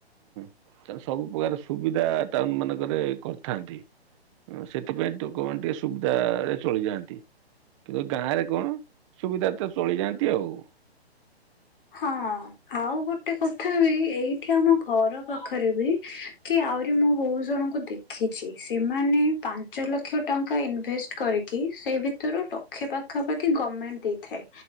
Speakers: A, on the right; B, on the left.
A: ସେମାନେ ସବୁ ପ୍ରକାର ସୁବିଧା ଟାଉନ ମାନଙ୍କରେ କରିଥାନ୍ତି। ହ ସେଥିପାଇଁ ତୁ କଣ ଟିକେ ସୁବିଧ ରେ ଚଳିଯାଆନ୍ତି। କିନ୍ତୁ ଗାଁ ରେ କଣ ସୁବିଧା ରେ ତ ଚଳିଯାଆନ୍ତି ଆଉ।
B: ହଁ। ଆଉ ଗୋଟେ କଥା ବି ଏଇଠି ଆମ ଘର ପାଖରେ ବି କି ଆହୁରି ମୁଁ ବହୁତ୍ ଜଣଙ୍କୁ ଦେଖ ରଖିଛି ସେମାନେ ପାଞ୍ଚ ଲକ୍ଷ ଟଙ୍କା ଇନଭେଷ୍ଟ କରିକି ସେ ଭିତରୁ ଟ <unintelligible> ଲକ୍ଷେ ପାଖାପାଖି ଗମେଣ୍ଟ ଦେଇଥାଏ